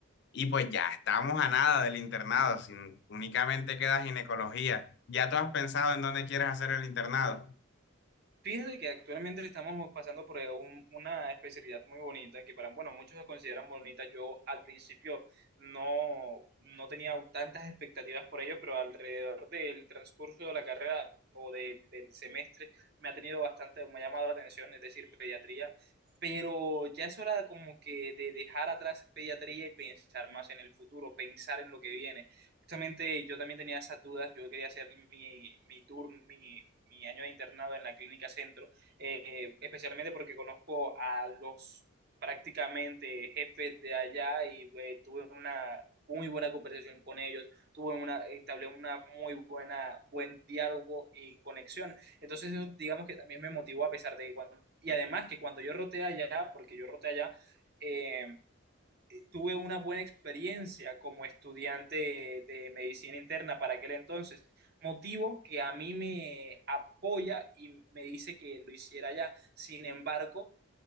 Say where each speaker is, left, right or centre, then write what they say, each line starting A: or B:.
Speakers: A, on the left; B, on the right.
A: Y pues ya estamos a nada del internado, si únicamente queda ginecología. ¿Ya tú has pensado en dónde quieres hacer el internado?
B: Fíjate que actualmente estamos pasando por un- una especialidad muy bonita que para, bueno, muchos la consideran bonita. Yo al principio no, no tenía tantas expectativas por ello, pero alrededor del transcurso de la carrera o de- del semestre me ha tenido bastante, me ha llamado la atención, es decir, pediatría. Pero ya es hora como que de dejar atrás pediatría y pensar más en el futuro, pensar en lo que viene justamente yo también tenía esas dudas, yo quería hacer mi, mi tour, mi, mi año de internado en la clínica centro, eh, especialmente porque conozco a los prácticamente jefes de allá y pues, tuve una muy buena conversación con ellos, tuve una, entablé una muy buena, buen diálogo y conexión. Entonces, eso, digamos que también me motivó a pesar de que cuando, y además que cuando yo roté allá, porque yo roté allá, eh, tuve una buena experiencia como estudiante de medicina interna para aquel entonces, motivo que a mí me apoya y me dice que lo hiciera ya. Sin embargo,